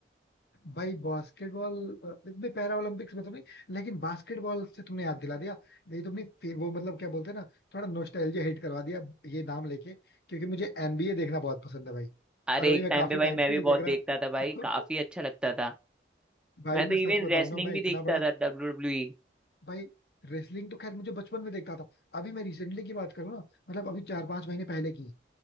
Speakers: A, on the left; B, in the centre.
A: भाई बास्केटबॉल इतने पैरा ओलंपिक्स में तो नहीं लेकिन बास्केटबॉल से तुमने याद दिला दिया नहीं तुमने फिर वो मतलब क्या बोलते हैं ना थोड़ा नोस्टैल्जिया हिट करवा दिया ये नाम लेके क्योंकि मुझे एनबीए देखना बहुत पसंद है भाई
B: अरे
A: और अभी
B: एक
A: मैं
B: टाइम
A: काफी
B: पे भाई
A: टाइम
B: मैं
A: से
B: भी
A: नहीं
B: बहुत
A: देख रहा
B: देखता था भाई काफी
A: <laughs>
B: अच्छा लगता था
A: भाई
B: मैं तो
A: मैं
B: इवन
A: सच बताऊं
B: रेसलिंग
A: ना मैं
B: भी
A: इतना
B: देखता
A: बड़ा
B: था डब्ल्यू डब्ल्यू ई
A: भाई रेसलिंग तो खैर मुझे बचपन में देखता था अभी मैं रिसेंटली की बात करूँ ना मतलब अभी चार पांच महीने पहले की